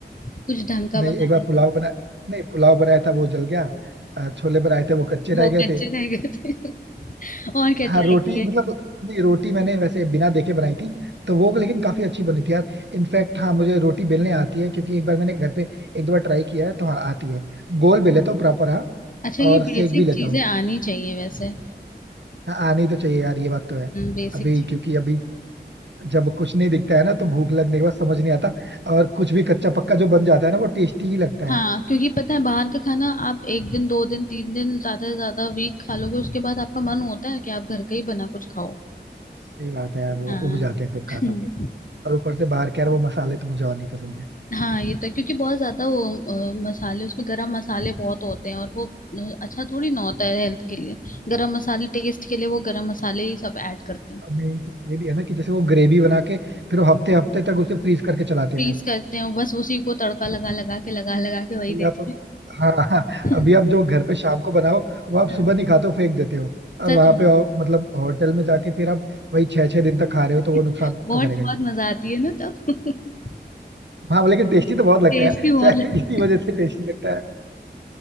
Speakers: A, on the left (about 50°); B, on the right (about 80°).
A: कुछ ढंग का
B: नहीं
A: बनाया
B: एक बार
A: है
B: पुलाव बना नहीं पुलाव बनाया था वो जल गया अ, छोले बनाए थे वो कच्चे रह
A: वो
B: गए
A: कच्चे
B: थे
A: रह गए थे <laughs> और क्या ट्राई
B: हाँ रोटी
A: किए
B: मतलब नहीं रोटी मैंने वैसे बिना देखे बनाई थी तो वो लेकिन काफी अच्छी बनी थी यार इनफैक्ट हाँ मुझे रोटी बेलने आती है क्योंकि एक बार मैंने घर पे एक दो बार ट्राई किया है तो हाँ आती है गोल बेल लेता हूँ प्रॉपर हाँ
A: अच्छा ये
B: और सेक
A: बेसिक
B: भी लेता
A: चीजें
B: हूँ
A: आनी चाहिए वैसे
B: हाँ आनी तो चाहिए यार ये बात तो है
A: हम्म बेसिक
B: अभी
A: चीज
B: क्योंकि अभी जब कुछ नहीं दिखता है ना तो भूख लगने के बाद समझ नहीं आता और कुछ भी कच्चा पक्का जो बन जाता है ना वो टेस्टी ही लगता है
A: हाँ क्योंकि पता है बाहर का खाना आप एक दिन दो दिन तीन दिन ज्यादा से ज्यादा वीक खा लोगे उसके बाद आपका मन होता है कि आप घर का ही बना कुछ खाओ
B: सही बात है यार वो
A: हाँ
B: उब जाते हैं फिर
A: <laughs>
B: खा खा के और ऊपर से बाहर के यार वो मसाले तो मुझे और नहीं पसंद है
A: हाँ ये तो है, क्योंकि बहुत ज्यादा वो अ, मसाले उसमें गरम मसाले बहुत होते हैं और वो अ, अच्छा थोड़ी ना होता है हेल्थ के लिए गरम मसाले टेस्ट के लिए वो गरम मसाले ही सब ऐड करते हैं
B: अब मेन चीज ये भी है ना कि जैसे वो ग्रेवी बना के फिर वो हफ्ते हफ्ते तक उसे फ्रीज करके चलाते
A: फ्रीज
B: हैं
A: करते हैं और बस उसी को तड़का लगा लगा के लगा लगा के
B: अभी
A: वही देते
B: आप
A: हैं
B: हाँ हाँ
A: <laughs>
B: अभी आप जो घर पे शाम को बनाओ वो आप सुबह
A: हाँ,
B: नहीं खाते हो फेंक देते हो और
A: सच
B: वहां
A: में
B: पे और, मतलब होटल में जाके फिर आप वही छह छह दिन तक खा रहे हो
A: <laughs>
B: तो वो नुकसान
A: बहुत
B: तो करेगा
A: बहुत
B: ही
A: मजा आती है ना तब <laughs>
B: हाँ लेकिन टेस्टी तो बहुत लगता
A: टेस्टी
B: है
A: बहुत
B: चाहे
A: लगता
B: इसी वजह
A: है।
B: से टेस्टी लगता है